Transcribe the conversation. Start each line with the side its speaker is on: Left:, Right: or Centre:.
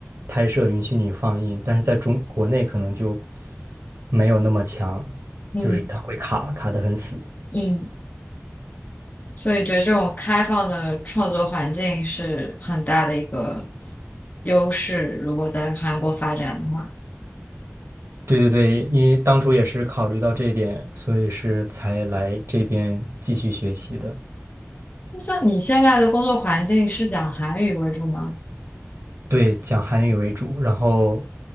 Right: 拍摄，允许你放映，但是在中国内可能就没有那么强，
Left: 嗯
Right: 就是它会卡卡的很死。
Left: 嗯，所以觉得这种开放的创作环境是很大的一个优势，如果在韩国发展的话。
Right: 对对对，因为当初也是考虑到这一点，所以是才来这边继续学习的。
Left: 那像你现在的工作环境是讲韩语为主吗？
Right: 对，讲韩语为主，然后